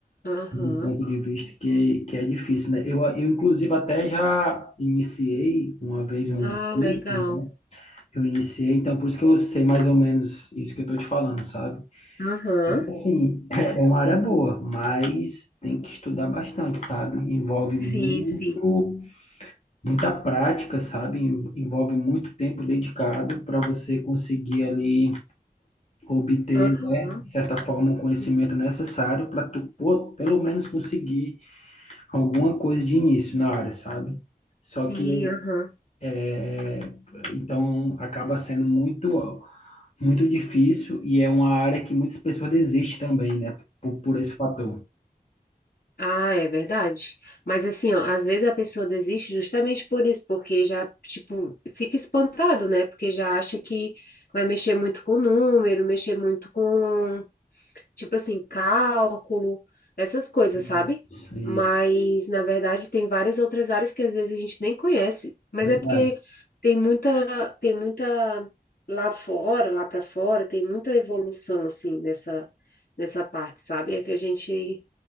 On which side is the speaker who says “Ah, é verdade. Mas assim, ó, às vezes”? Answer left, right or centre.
Left